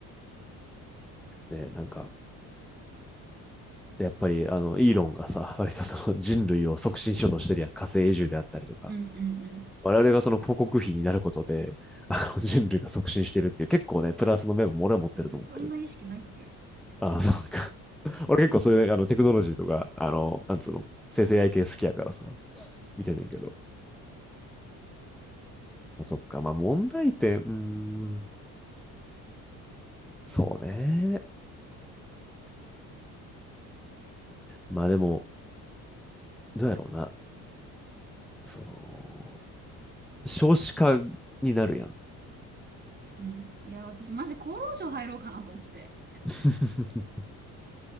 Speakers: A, in the centre; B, on the right.
A: ね、なんか、やっぱり、あの、イーロンがさ、割とその人類を促進しようとしてるやん。火星移住であったりとか。
B: うんうんうん。
A: 我々がその広告費になることで、あの、人類が促進してるっていう、結構ね、プラスの面も俺は持ってると思ってる。
B: いや私そんな意識ないっすよ。
A: あそうか。俺結構そういう、あの、テクノロジーとか、あの、なんつうの、生成 AI 系好きやからさ、見てんねんけど。まあそっか。まあ、問題点、うーん、そうね。まあでも、どうやろうな。その、少子化になるやん。
B: うん。いや、私マジ厚労省入ろうかなと思って。
A: <laughs>